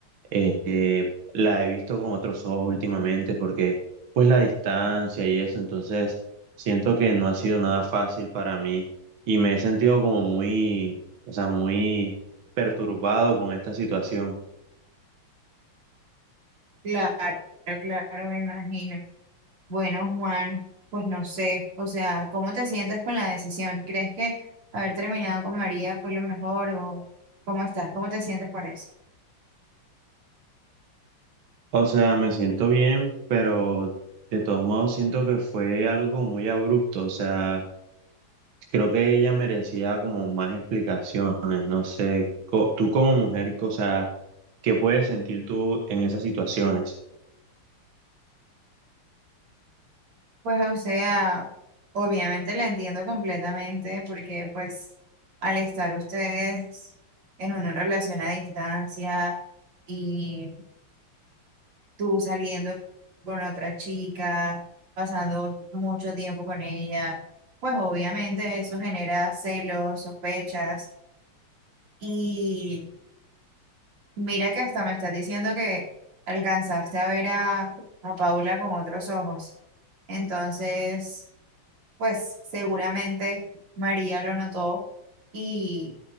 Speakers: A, on the right; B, on the right.
A: eh, la he visto con otros ojos últimamente porque pues la distancia y eso, entonces siento que no ha sido nada fácil para mí y me he sentido como muy, o sea, muy perturbado con esta situación.
B: claro, claro, me imagino. Bueno, Juan, pues no sé, o sea, ¿cómo te sientes con la decisión? ¿Crees que haber terminado con María fue lo mejor o cómo estás? ¿Cómo te sientes con eso?
A: O sea, me siento bien, pero de todos modos siento que fue algo muy abrupto, o sea, creo que ella merecía como más explicaciones, no sé, co- tú como mujer, o sea, ¿qué puedes sentir tú en esas situaciones?
B: Pues o sea, obviamente la entiendo completamente porque pues al estar ustedes en una relación a distancia y tú saliendo con otra chica, pasando mucho tiempo con ella, pues obviamente eso genera celos, sospechas y Mira que hasta me estás diciendo que alcanzaste a ver a, a Paula con otros ojos. Entonces, pues seguramente María lo notó y,